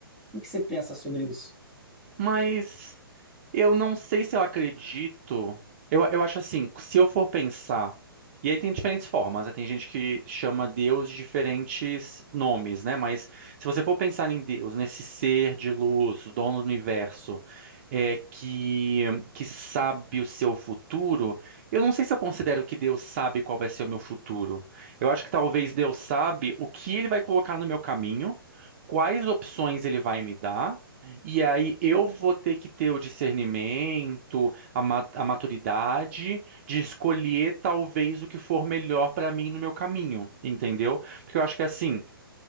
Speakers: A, in the centre; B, on the right.
A: que que você pensa sobre isso?
B: Mas eu não sei se eu acredito. Eu, eu acho assim, se eu for pensar. E aí tem diferentes formas, né? Tem gente que chama Deus de diferentes nomes, né? Mas se você for pensar em Deus, nesse ser de luz, dono do universo, é, que, que sabe o seu futuro, eu não sei se eu considero que Deus sabe qual vai ser o meu futuro. Eu acho que talvez Deus sabe o que ele vai colocar no meu caminho, quais opções ele vai me dar. E aí eu vou ter que ter o discernimento, a, ma- a maturidade de escolher talvez o que for melhor para mim no meu caminho, entendeu? Porque eu acho que assim,